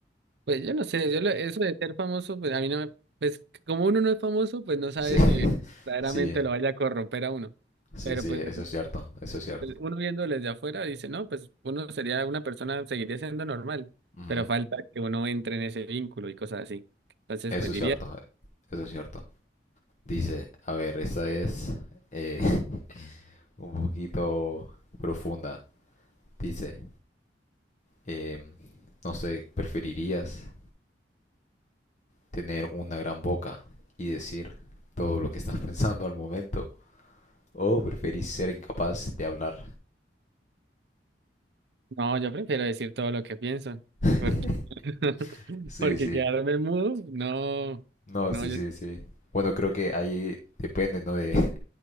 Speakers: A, on the right (about 70°); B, on the left (about 45°).
A: Pues yo no sé, yo lo- eso de ser famoso, pues a mí no me, pues como uno no es famoso, pues no sabe
B: sí,
A: si
B: <laughs>
A: verdaderamente
B: sí,
A: lo vaya a corromper a uno.
B: sí,
A: Pero
B: sí,
A: pues
B: eso es cierto, eso es cierto.
A: el- uno viéndolo desde afuera dice, no, pues uno sería una persona, seguiría siendo normal,
B: Ujú.
A: pero falta que uno entre en ese vínculo y cosas así. Entonces,
B: Eso
A: pues
B: es
A: diría,
B: cierto, eso es cierto. Dice, a ver, esa es eh, <laughs> un poquito profunda. Dice, em, no sé, ¿preferirías tener una gran boca y decir todo lo que estás <laughs> pensando al momento? O preferís ser incapaz de hablar.
A: no, yo prefiero decir todo lo que pienso,
B: <laughs>
A: porque, <laughs>
B: Sí,
A: porque
B: sí.
A: quedarme mudo, no,
B: No,
A: no,
B: sí,
A: yo,
B: sí, sí. Bueno, creo que ahí depende, ¿no? De,